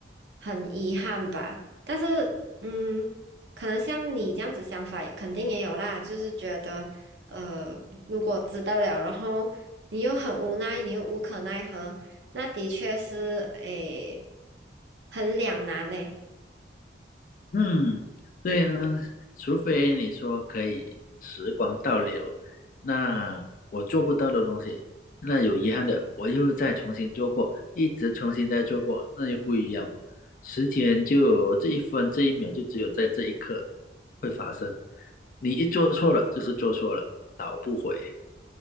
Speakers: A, on the right (about 75°); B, on the left (about 45°).
A: 很遗憾吧。但是，嗯，可能像你这样子想法，肯定也有啦，就是觉得，呃，如果知道了，然后你又很无奈，你又无可奈何，那的确是，诶，很两难呢。
B: 嗯，对呀，除非你说可以时光倒流，那我做不到的东西，那有遗憾的，我又再重新做过，一直重新再做过，那又不一样哦。时间就这一分这一秒，就只有在这一刻会发生。你一做错了，就是做错了，倒不回。